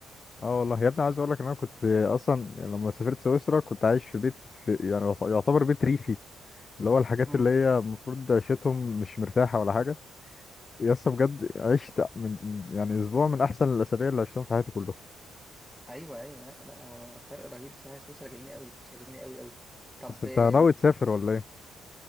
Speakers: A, on the left; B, in the centre.
A: اه والله يا ابني عايز اقول لك ان انا كنت اصلا يعني لما سافرت سويسرا كنت عايش في بيت في يعني يعتبر بيت ريفي اللي هو الحاجات
B: امم
A: اللي هي المفروض عيشتهم مش مرتاحة ولا حاجة يا اسطى بجد عشت من من- يعني اسبوع من احسن الاسابيع اللي عشتهم في حياتي كلها
B: ايوه ايوه لا لا هو فرق رهيب بصراحه سويسرا جميله قوي سويسرا جميله قوي قوي طب
A: بس انت
B: آم،
A: ناوي تسافر ولا ايه